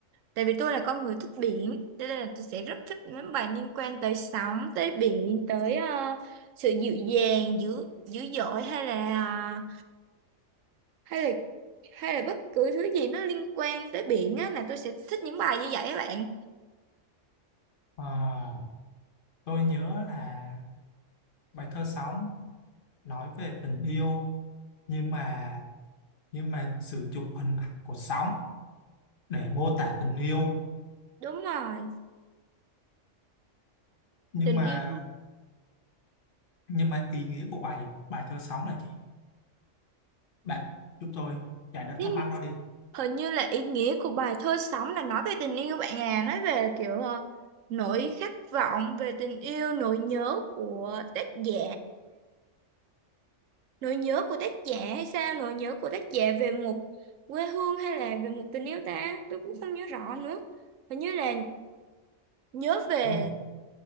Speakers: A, on the right; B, on the left.
A: tại vì tôi là con người thích biển cho nên là tôi sẽ rất thích những bài liên quan tới sóng tới biển tới ờ, sự dịu dàng dữ dữ dội hay là ờ, hay là hay là bất cứ thứ gì nó liên quan tới biển á là tôi sẽ thích những bài như vậy các bạn
B: Ờ, tôi nhớ là bài thơ sóng nói về tình yêu nhưng mà nhưng mà sử dụng hình ảnh của sóng để mô tả tình yêu
A: đúng rồi
B: nhưng
A: tình
B: mà
A: yêu
B: nhưng mà ý nghĩa của bài bài thơ sóng là gì bạn giúp tôi giải đáp
A: lý
B: thắc mắc đó đi
A: hình như là ý nghĩa của bài thơ sống là nói về tình yêu bạn à nói về kiểu ờ, nỗi khát vọng về tình yêu nỗi nhớ của tác giả nỗi nhớ của tác giả hay sao nỗi nhớ của tác giả về một quê hương hay là về một tình yêu ta tôi cũng không nhớ rõ nữa hình như là nhớ về
B: yêu